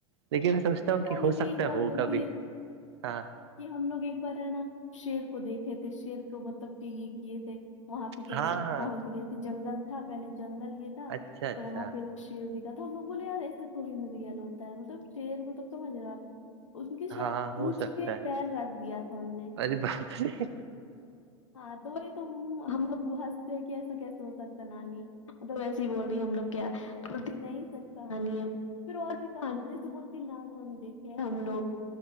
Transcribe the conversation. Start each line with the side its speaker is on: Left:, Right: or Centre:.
Right: لیکن سوچتا
Left: میری
Right: ہوں
Left: رانی
Right: کہ ہو
Left: بھی
Right: سکتا
Left: ایک
Right: ہے
Left: بار
Right: ہو
Left: بولتی
Right: کبھی
Left: ہے
Right: ہاں
Left: کہ ہم لوگ ایک بار ہے نا شیر کو دیکھے تھے شیر کو مطلب کہ یہ کیے تھے وہاں پہ چلے
Right: ہاں ہاں
Left: پہنچ گیا کہ جنگل تھا پہلے جنگل یہ تھا
Right: اچھا اچھا
Left: تو وہاں پہ شیر دکھا تو ہم لوگ بولے یار ایسے تھوڑی ریل ہوتا ہے مطلب شیر مطلب سمجھ رہے آپ ان کے ساتھ
Right: ہاں ہو
Left: پوچھ
Right: سکتا
Left: پہ
Right: ہے
Left: پیر رکھ دیا تھا ہم نے
Right: ارے باپ رے
Left: ہاں تو وہی تو ہم لوگ ہنستے ہیں کہ ایسا کیسے ہو سکتا ہے نانی مطلب ویسے ہی بول رہی ہے ہم لو کیا بولتی نہیں سچ کہانی ہے پھر اور بھی کہانی جیسے بولتی ناگ منی دیکھے ہم لوگ